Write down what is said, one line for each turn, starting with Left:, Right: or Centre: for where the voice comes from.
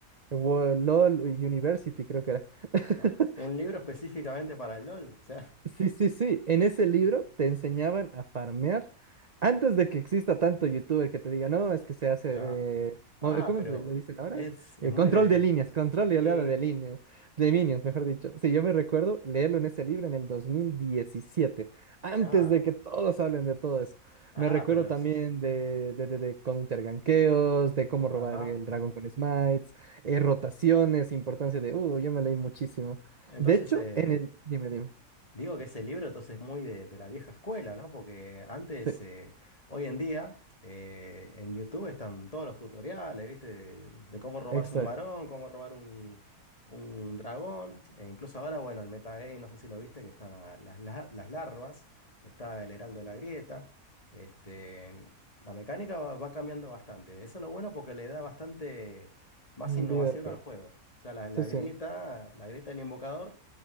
Right: Wo- LOL University, creo que era. <laughs>
Left: ajá. Un libro específicamente para el LOL. O sea,
Right: Sí, sí, sí. En ese libro te enseñaban a farmear antes de que exista tanto youtuber que te diga, no, es que se hace,
Left: ya.
Right: eh,
Left: Ah,
Right: mo- eh, ¿cómo
Left: pero
Right: te- le dicen ahora?
Left: es, es
Right: Eh,
Left: muy
Right: control
Left: de...
Right: de líneas, control
Left: Sí,
Right: y oleada de líneas, de minions, mejor dicho. Sí, yo me recuerdo leerlo en ese libro en el 2017, antes
Left: claro.
Right: de que todos hablen de todo eso.
Left: Ah,
Right: Me recuerdo
Left: pero...
Right: también
Left: es-
Right: de, de, de, de counter ganqueos, de cómo
Left: Ajá.
Right: robar el dragón con smites, eh, rotaciones, importancia de, uh, yo me leí muchísimo.
Left: Entonces,
Right: De hecho,
Left: eh,
Right: en el, dime, dime.
Left: Digo que ese libro entonces es muy de, de la vieja escuela, ¿no? Porque antes,
Right: sí.
Left: eh, hoy en día, eh, en YouTube están todos los tutoriales, ¿viste? De, de cómo robarse
Right: Exacto,
Left: un varón, cómo robar un, un dragón. E incluso ahora, bueno, el metagame, no sé si lo viste, que están a- las, la- las larvas, está el Heraldo de la Grieta. Este, la mecánica va, va cambiando bastante. Eso es lo bueno porque le da bastante más
Right: un
Left: innovación
Right: videojuego.
Left: al juego. O sea, la, la
Right: Sí, sí,
Left: grieta, la grieta del invocador